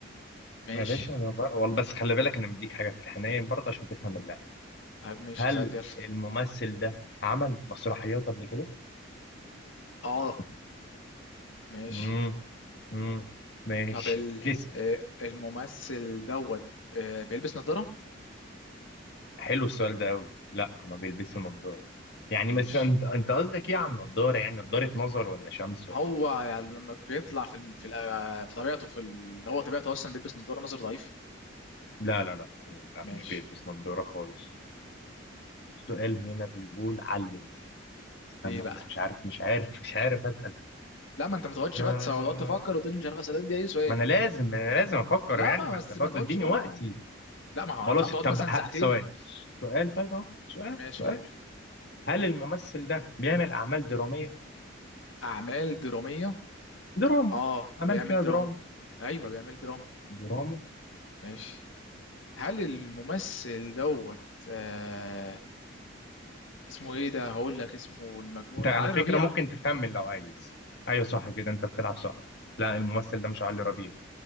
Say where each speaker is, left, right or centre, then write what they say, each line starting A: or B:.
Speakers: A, on the left; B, on the left.
A: ماشي
B: ما يا باشا انا بر... والله بس خلي بالك انا مديك حاجه في الحنين برضه عشان تفهم اللعب
A: طيب ماشي
B: هل
A: اسال يلا
B: الممثل ده عمل مسرحيات قبل كده؟
A: اه ماشي
B: امم امم ماشي
A: طب ال...
B: <laughs> اسال
A: آه، الممثل دوت آه، بيلبس نظاره
B: حلو السؤال ده قوي لا ما بيلبسش نظاره يعني
A: ماشي
B: بس انت انت قصدك ايه عن نظاره يعني نظاره نظر ولا شمس
A: هو
B: ولا...
A: يعني لما بيطلع في الم- في, ال- آه، في طبيعته في ال- هو طبيعته اصلا بيلبس نظاره نظر ضعيف
B: لا لا لا أيوة، لا،
A: ماشي
B: مش بيلبس نظاره خالص السؤال هنا بيقول علل استنى
A: ايه بقى
B: بس مش عارف مش عارف مش عارف اسال
A: لا ما انت ما تقعدش
B: آه...
A: بقى تس- تقعد تفكر وتقول لي مش عارف اسالك دي اي سؤال
B: ما انا لازم ما انا لازم افكر
A: لا
B: يعني
A: ما
B: ما
A: بس
B: انت برضه
A: ما تقعدش
B: اديني
A: بقى
B: وقتي
A: لا ما هو
B: خلاص
A: هتقعد
B: طب
A: مثلا
B: ه-
A: ساعتين
B: ثواني سؤال طيب اهو سؤال
A: ماشي
B: سؤال
A: قول
B: هل الممثل ده بيعمل اعمال دراميه
A: اعمال دراميه
B: دراما
A: اه
B: اعمال
A: بيعمل
B: فيها
A: دراما
B: دراما
A: ايوه بيعمل دراما
B: دراما
A: ماشي هل الممثل دوت آه اسمه ايه ده هقول لك اسمه المجنون
B: انت على
A: علي
B: فكره
A: ربيع
B: ممكن تكمل لو عايز ايوه صح كده انت بتلعب صح لا الممثل ده مش علي ربيع